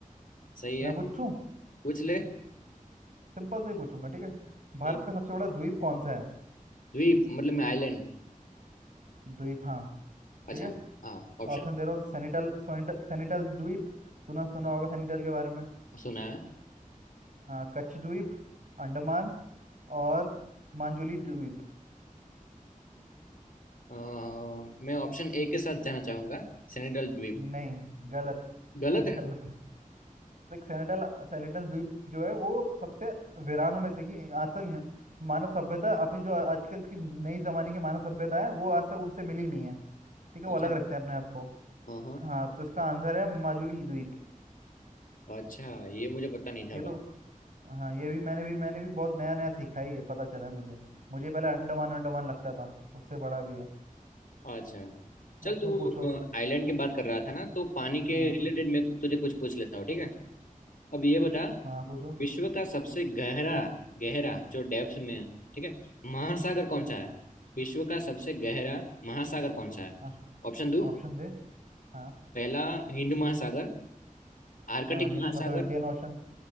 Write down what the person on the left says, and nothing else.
सही है
पूछ ले
ठीक
द्वीप मतलब मैं आइलैंड
अच्छा
हाँ ऑप्शन
हाँ,
सुना है
अ, मैं ऑप्शन ए के साथ जाना चाहूंगा सेनेटल द्वीप
गलत
है
अच्छा
हाँ हाँ
अच्छा ये मुझे पता नहीं था
भाई
अच्छा चल
तू
आइलैंड की बात कर रहा था ना तो पानी के
रिलेटेड मैं तुझे कुछ पूछ लेता हूँ ठीक है अब ये बता
विश्व का सबसे गहरा गहरा जो डेप्थ में है ठीक है महासागर कौन सा है विश्व का सबसे गहरा महासागर कौन सा है
ऑप्शन दो
पहला हिंद महासागर आर्कटिक
महासागर